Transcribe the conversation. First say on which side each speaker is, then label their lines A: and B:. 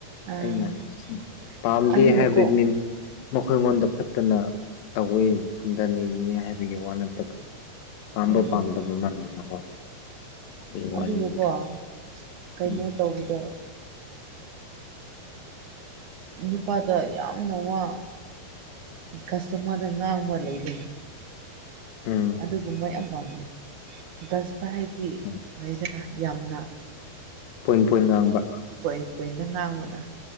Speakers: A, on the right; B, on the left.
A: ꯑ
B: ꯑꯩꯅ ꯄꯥꯝꯗꯦ
A: ꯑꯗꯨꯒꯀꯣ
B: ꯍꯥꯏꯕꯩ ꯃꯤꯟ ꯃꯈꯣꯏꯉꯣꯟꯗ ꯐꯠꯇꯅ ꯇꯧꯋꯤ ꯍꯟꯊꯅ ꯌꯦꯡꯉꯤ ꯍꯥꯏꯕꯒꯤ ꯋꯥ ꯅꯠꯇꯕ ꯄꯥꯝꯕ
A: ꯎꯝ
B: ꯄꯥꯝꯗꯕ ꯑꯗꯨꯒꯤ
A: ꯑꯗꯨꯒꯀꯣ
B: ꯋꯥꯔꯤꯅꯤꯗ
A: ꯀꯩꯅꯣ
B: ꯎꯝ
A: ꯇꯧꯕꯗ ꯅꯨꯄꯥꯗ ꯌꯥꯝꯅ ꯋꯥ ꯀꯁꯇꯃꯔꯗ ꯉꯥꯡꯕ ꯂꯩꯒꯅꯤ
B: ꯎꯝ
A: ꯑꯗꯨꯒꯨꯝꯕ ꯌꯥꯝ ꯄꯥꯝꯃꯤ ꯒꯁꯇ ꯍꯥꯏꯗꯤ
B: ꯎꯝ
A: ꯂꯩꯗꯅ ꯌꯥꯝꯅ
B: ꯄꯣꯏꯟ ꯄꯣꯏꯟ ꯉꯥꯡꯕ
A: ꯄꯣꯏꯟ ꯄꯣꯏꯟꯗ ꯉꯥꯡꯕꯅ